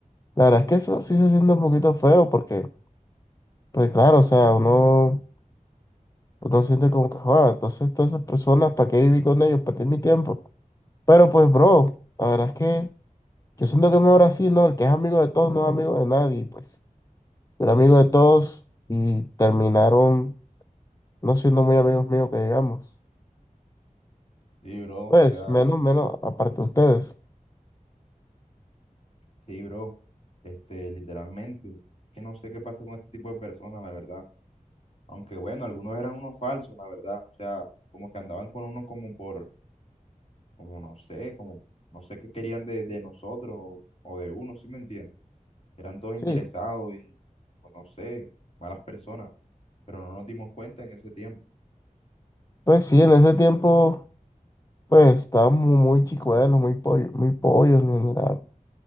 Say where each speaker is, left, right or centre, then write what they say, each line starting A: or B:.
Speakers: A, on the left (about 25°); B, on the left (about 45°).
A: la verdad es que eso sí se siente un poquito feo, porque, pues claro, o sea, uno, uno siente como que, joder, entonces todas esas personas, ¿para qué viví con ellos? Perdí mi tiempo. Pero pues, bro, la verdad es que yo siento que es mejor así, ¿no? El que es amigo de todos no es amigo de nadie, pues, yo era amigo de todos y terminaron no siendo muy amigos míos que digamos.
B: Sí, bro,
A: Pues
B: o sea,
A: menos, menos, aparte de ustedes.
B: sí, bro, este, literalmente, que no sé qué pasó con ese tipo de personas, la verdad. Aunque bueno, algunos eran unos falsos, la verdad. O sea, como que andaban con uno como por, como no sé, como no sé qué querían de, de nosotros o, o de uno, ¿sí me entiendes? Eran todos interesados
A: Sí,
B: y, pues no sé, malas personas, pero no nos dimos cuenta en ese tiempo.
A: pues sí, en ese tiempo, pues estábamos muy chicuelos, muy pollo, muy pollos en general.